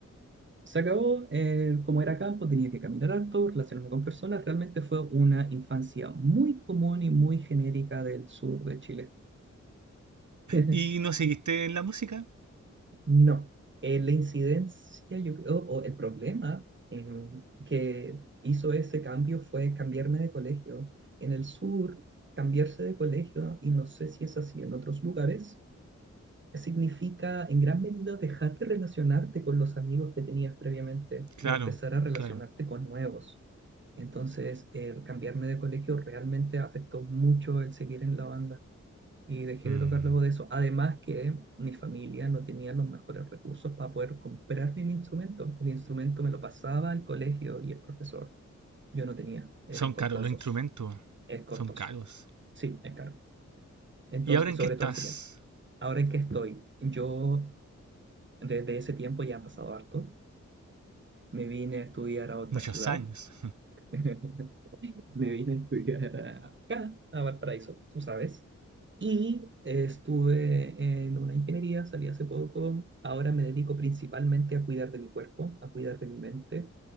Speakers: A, on the right (about 40°); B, on the right (about 75°).
A: se acabó, eh, como era campo, tenía que caminar harto, relacionarme con personas. Realmente fue una infancia muy común y muy genérica del sur de Chile. <laughs>
B: ¿Y no seguiste en la música?
A: No, eh, la incidencia, yo creo, o el problema em, que hizo ese cambio fue cambiarme de colegio. En el sur, cambiarse de colegio, y no sé si es así en otros lugares, significa en gran medida dejar de relacionarte con los amigos que tenías previamente
B: Claro,
A: y empezar a relacionarte
B: claro.
A: con nuevos. Entonces, el cambiarme de colegio realmente afectó mucho el seguir en la banda y dejé
B: Mm.
A: de tocar luego de eso. Además que mi familia no tenía los mejores recursos para poder comprarme mi instrumento. El instrumento me lo pasaba al colegio y el profesor. Yo no tenía, eran
B: Son
A: costosos.
B: caros los instrumentos.
A: Es costoso.
B: Son caros.
A: Sí, es caro. Entonces,
B: ¿Y ahora
A: y
B: en
A: sobre
B: qué estás?
A: todo en ese tiempo. Ahora en que estoy, yo Desde ese tiempo ya han pasado harto. Me vine a estudiar a otra
B: Muchos
A: ciudad.
B: años.
A: <laughs> Me vine a estudiar a- acá, a Valparaíso, tú sabes. Y eh, estuve en una ingeniería, salí hace poco. Ahora me dedico principalmente a cuidar de mi cuerpo, a cuidar de mi mente,